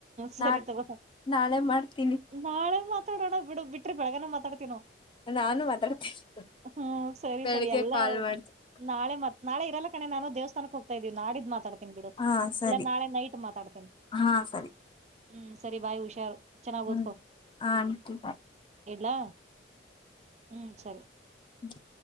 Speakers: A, on the right; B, on the left.
A: ಸರಿ
B: ನಾಳ್
A: ತಗೋ.
B: ನಾಳೆ ಮಾಡ್ತೀನಿ.
A: ನಾಳೆ ಮಾತಾಡೋಣ ಬಿಡು ಬಿಟ್ರೆ ಬೆಳಗ್ಗನ ಮಾತಾಡ್ತ ನಾವು.
B: ನಾನು ಮಾತಾಡ್ತೀನಿ
A: ಹ್ಮ್ ಸರಿ
B: ಬೆಳಿಗ್ಗೆ
A: ಸರಿ ಎಲ್ಲ.
B: ಕಾಲ್ ಮಾಡ್ತೀನಿ
A: ನಾಳೆ ಮತ್ ನಾಳೆ ಇರಲ್ಲ ಕಣೇ ನಾನು ದೇವಸ್ಥಾನಕ್ಕೇ ಹೋಗ್ತಾ ಇದೀವಿ ನಾಳಿದ್ ಮಾತಾಡ್ತಾ. ಬಿಡ
B: ಹಾ ಸರಿ
A: ಇಲ್ಲಾ ನಾಳೆ ನೈಟ್ ಮಾತಾಡ್ತೇನಿ
B: ಹಾ ಸರಿ
A: ಹ್ಮ್ ಸರಿ ಬಾಯ್ ಹುಷಾರು. ಚೆನ್ನಾಗ್
B: ಹ್ಮ್
A: ಓದ್ಕೋ
B: ಆಂಟಿ ಬಾಯ್
A: ಇಡ್ಲಾ ಹ್ಮ್ ಸರಿ.
B: ಹ್ಮ